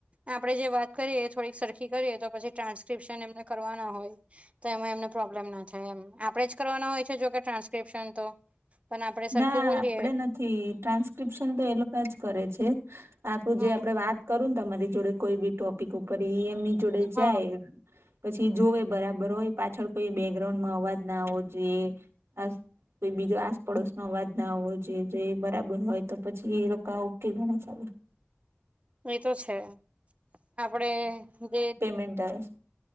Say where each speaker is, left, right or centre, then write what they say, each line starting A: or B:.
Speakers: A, on the right; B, on the right.
A: આપડે જે વાત કરીએ થોડીક સરખી કરીએ તો પછી ટ્રાન્સ્ક્રિપ્શન એમને કરવાના હોય તો એમાં એમને પ્રોબ્લેમ ના થાય એમ આપણેે જ કરવાના હોય છે જોકે ટ્રાન્સક્રિપ્શન તો. પણ આપણે સરખું
B: ના
A: બોલીએ
B: આપણે નથી ટ્રાન્સક્રિપ્શન તો લોકો જ કરે છે આપડું
A: હમ
B: જે આપડે વાત કરું ને તમારી જોડે કોઈ બી ટોપિક ઉપર એ એમની જોડે
A: હા
B: જાય પછી જોવે બરાબર હોય પાછળ કોઈ બેકગ્રાઉન્ડમાં અવાજ ના આવો જોઈએ અસ કોઈ બીજો પડોશનો અવાજ ના હોવો જે જે બરાબર હોય તો પછી એ લોકો ઓકે ગણતા હોય.
A: એતો છે આપડે જે
B: મન્ટ <inaudible>